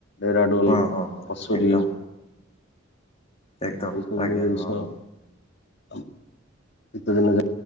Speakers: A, on the left; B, on the left.
A: ଡେହରାଡୁନ,
B: ହଁ ହଁ ହଁ
A: ବସୁରୀ
B: ଏକଦମ ଏକଦମ
A: ଏଇ ସବୁ
B: ଆଜ୍ଞା
A: ଜିନିଷ
B: ହଁ ହଁ।
A: ଶୀତ ଦିନ ଯାଏ।